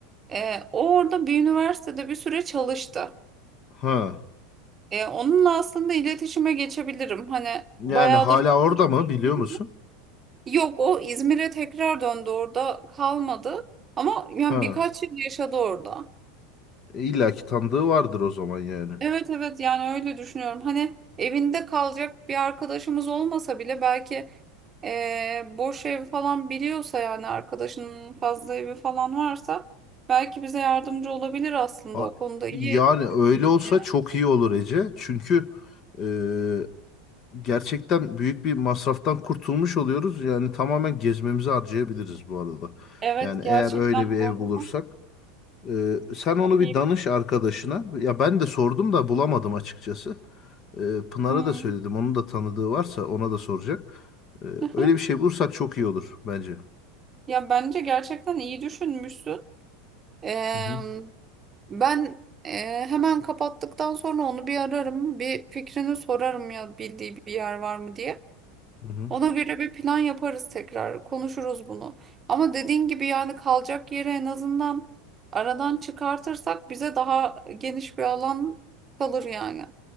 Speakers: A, on the right; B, on the left.
A: E, o orada bir üniversitede bir süre çalıştı.
B: Ha.
A: E, onunla aslında iletişime geçebilirim. Hani
B: Yani
A: bayağıdır
B: hala
A: konuşmuyoruz.
B: orada mı biliyor musun?
A: Yok o İzmir'e tekrar döndü orada kalmadı. Ama yani
B: Ha.
A: birkaç yıl yaşadı orada.
B: E, İlla ki tanıdığı vardır o zaman yani.
A: Evet evet yani öyle düşünüyorum. Hani evinde kalacak bir arkadaşımız olmasa bile belki eee, boş ev falan biliyorsa yani arkadaşının fazla evi falan varsa belki bize yardımcı olabilir aslında
B: Ha,
A: o konuda
B: Yani
A: iyi.
B: öyle
A: düşünüyor.
B: olsa çok iyi olur Ece. Çünkü e, gerçekten büyük bir masraftan kurtulmuş oluyoruz. Yani tamamen gezmemizi harcayabiliriz bu arada.
A: Evet
B: Yani
A: gerçekten
B: eğer öyle bir
A: bu
B: ev
A: arada
B: bulursak. Ee, sen
A: çok
B: onu bir
A: iyi.
B: danış arkadaşına. Ya ben de sordum da bulamadım açıkçası. Ee, Pınar'a
A: Hmm.
B: da söyledim. Onun da tanıdığı varsa ona da soracak. Ee,
A: <laughs>
B: öyle bir şey bulursak çok iyi olur bence.
A: Ya bence gerçekten iyi düşünmüşsün. Eee,
B: Hı hı,
A: ben eee, hemen kapattıktan sonra onu bir ararım, bir fikrini sorarım ya bildiği bir yer var mı diye.
B: hı hı.
A: Ona göre bir plan yaparız tekrar. Konuşuruz bunu. Ama dediğin gibi yani kalacak yeri en azından aradan çıkartırsak bize daha geniş bir alan kalır yani.